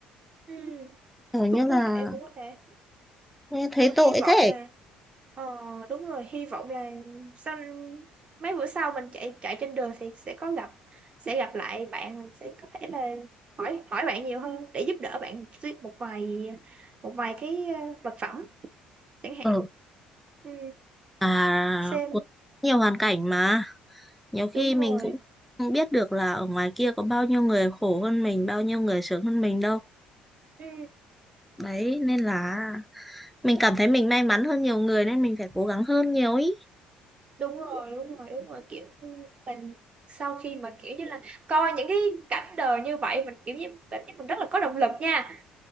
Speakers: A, on the right; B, in the centre.
A: ừm,
B: kiểu như
A: cũng
B: là
A: có thể cũng có thể
B: nghe thấy
A: nhưng mà
B: tội
A: hy vọng
B: thế
A: là Ờ, đúng rồi, hy vọng là sau mấy bữa sau mình chạy chạy trên đường thì sẽ có gặp sẽ gặp lại bạn mình sẽ có thể là hỏi hỏi bạn nhiều hơn để giúp đỡ bạn xí- một vài một vài cái ờ, vật phẩm chẳng hạn.
B: ừ
A: Ừ,
B: à
A: xem
B: có nhiều hoàn cảnh mà nhiều khi
A: đúng rồi.
B: mình cũng không biết được là ở ngoài kia có bao nhiêu người khổ hơn mình bao nhiêu người sướng hơn mình đâu
A: Ừ,
B: đấy nên là mình cảm thấy mình may mắn hơn nhiều người nên mình phải cố gắng hơn nhiều ý
A: đúng rồi, đúng rồi, đúng rồi kiểu mình sau khi mà kiểu như là coi những cái cảnh đời như vậy mình kiểu như cảm giác mình rất là có động lực nha.